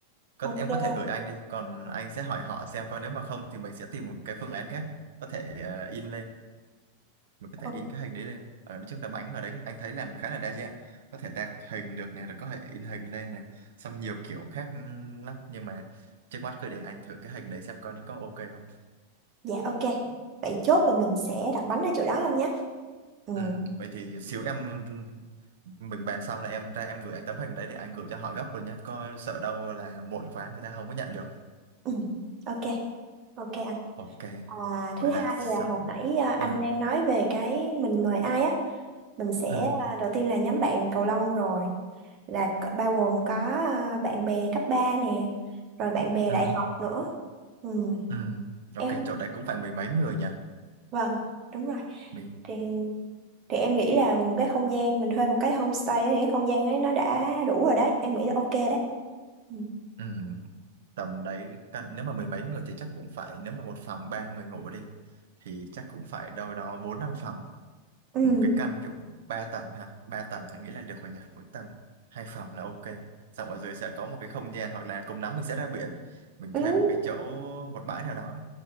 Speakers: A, on the right (about 60°); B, on the right (about 35°).
A: có
B: ok
A: em có thể gửi anh đi còn anh sẽ hỏi họ xem coi nếu mà không thì mình sẽ tìm một cái phương án khác có thể ờ, in lên mình có thể
B: o-
A: in cái hình đấy lên ở nói chung là bánh ở đấy anh thấy làm khá là đa dạng có thể tạc hình được này rồi có thể in hình lên này xong nhiều kiểu khác lắm nhưng mà trước mắt cứ để anh thử cái hình đấy xem coi nó có ok không
B: dạ ok vậy chốt là mình sẽ đặt bánh ở chỗ đó anh nhé ừ.
A: ừ, vậy thì xíu em mình bàn xong là em ra em gửi anh tấm hình đấy để anh gửi cho họ gấp rồi nhé coi sợ đâu là muộn quá người ta không có nhận được
B: ừ. ok ok anh
A: ok
B: à,
A: vậy
B: thứ
A: là
B: hai
A: xong
B: là hồi nãy à, anh
A: ừ,
B: đang nói về cái mình mời ai á mình sẽ
A: ừ,
B: à, đầu tiên là nhóm bạn cầu lông rồi là c- bao gồm có à, bạn bè cấp 3 nè rồi bạn bè
A: ừ,
B: đại học nữa ừ.
A: ừ. ok
B: em không
A: chỗ đấy cũng phải mười mấy người nhỉ
B: vâng đúng rồi
A: mình
B: thì thì em nghĩ là một cái không gian mình thuê một cái homestay á, thì cái không gian ấy nó đã đủ rồi đấy em nghĩ là ok đấy ừ.
A: ừ. tầm đấy căn nếu mà mười mấy người thì chắc cũng phải nếu mà một phòng ba người ngủ đi thì chắc cũng phải đâu đó bốn năm phòng
B: Ừ.
A: một cái căn kiểu ba tầng ha ba tầng anh nghĩ là được rồi nhỉ mỗi tầng hai phòng là ok xong ở dưới sẽ có một cái không gian hoặc là cùng lắm mình sẽ ra biển mình
B: Ừ.
A: thuê một cái chỗ một bãi nào đó